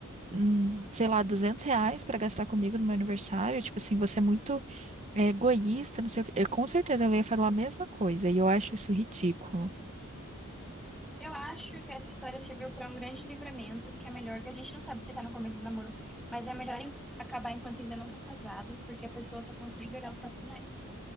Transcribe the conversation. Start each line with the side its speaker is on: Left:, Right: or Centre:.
Right: hum, sei lá, 200 reais pra gastar comigo no meu aniversário. Tipo assim, você é muito é, egoísta, não sei o quê. Eu, com certeza ela ia falar a mesma coisa, e eu acho isso ridículo.
Centre: Eu acho que essa história serviu pra um grande livramento, que é melhor, que a gente não sabe se tá no começo do namoro, mas é melhor em- acabar enquanto ainda não tá casado, porque a pessoa só consegue olhar o próprio nariz.